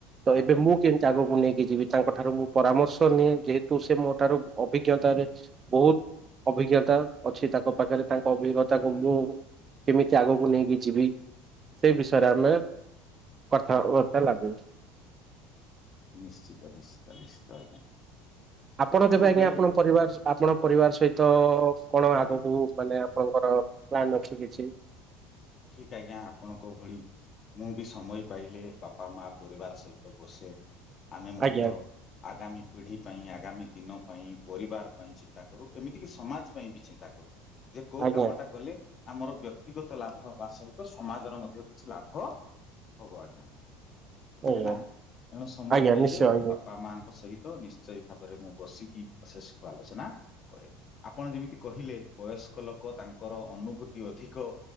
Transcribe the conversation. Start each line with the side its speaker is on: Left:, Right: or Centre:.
Right: ତ
Left: ଆଜ୍ଞା
Right: ଏବେ ମୁଁ କେମିତି ଆଗକୁ ନେଇକି ଯିବି? ତା ଠାରୁ ମୁଁ ପରାମର୍ଶ ନିଏ ଯେହେତୁ ସେ ମୋ ଠାରୁ ଅଭିଜ୍ଞତାରେ ବହୁତ ଅଭିଜ୍ଞତା ଅଛି ତାଙ୍କ ପାଖରେ ତାଙ୍କ ଅଭିଜ୍ଞତାକୁ ମୁଁ। କେମିତି ଆଗକୁ ନେଇକି ଯିବି ସେ ବିଷୟରେ ଆମେ କଥାବବାର୍ତ୍ତା ଲାଗୁ।
Left: ନିଶ୍ଚିତ ନିଶ୍ଚିତ ନିଶ୍ଚିତ ଆଜ୍ଞା।
Right: ଆପଣ କେବେ
Left: ଆଉ
Right: ଆଜ୍ଞା
Left: ବେଳେ
Right: ଆପଣ
Left: ବେଳେ
Right: ପରିବାର ଆପଣ ପରିବାର ସହିତ କଣ ଆଗକୁ ମାନେ ଆପଣଙ୍କର ପ୍ଲାନ୍ ଅଛି କିଛି?
Left: ଠିକ ଆଜ୍ଞା ଆପଣଙ୍କ ଭଳି ମୁଁ ବି ସମୟ ପାଇଲେ ବାପା ମା ପରିବାର ସହିତ ବସେ। ଆମେ ମଧ୍ୟ
Right: ଆଜ୍ଞା
Left: ଆଗାମୀ ପିଢି ପାଇଁ ଆଗାମୀ ଦିନ ପାଇଁ ପରିବାର ପାଇଁ ଚିନ୍ତା କରୁ ଏମିତି କି ସମାଜ ପାଇଁ ବି ଚିନ୍ତା କରୁ। ଯେ କୋଉ
Right: ଆଜ୍ଞା
Left: କାମଟା କଲେ ଆମର ବ୍ୟକ୍ତିଗତ ଲାଭ ହବା ସହିତ ସମାଜର ମଧ୍ୟ କିଛି ଲାଭ ହବ ଆଜ୍ଞା ବୁଝିଲି
Right: ଆଜ୍ଞା
Left: ନାଁ ଏଣୁ ସମୟ
Right: ଆଜ୍ଞା
Left: ପାଇଲେ
Right: ନିଶ୍ଚୟ
Left: ବାପା
Right: ଆଜ୍ଞା
Left: ବାପା ମାଙ୍କ ସହିତ ନିଶ୍ଚୟ ଭାବରେ ମୁଁ ବସିକି ଅଶେଷକୁ ଆଲୋଚନା। କରେ ଆପଣ ଯେମିତି କହିଲେ ବୟସ୍କ ଲୋକ ତାଙ୍କର ଅନୁଭୂତି ଅଧିକ।